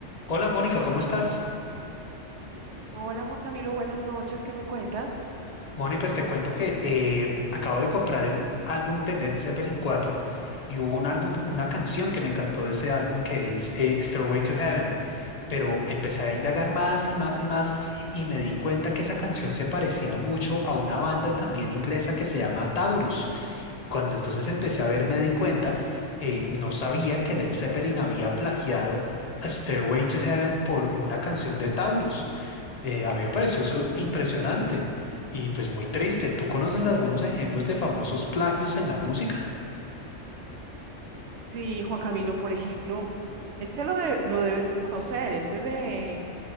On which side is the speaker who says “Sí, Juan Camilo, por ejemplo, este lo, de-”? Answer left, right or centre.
Right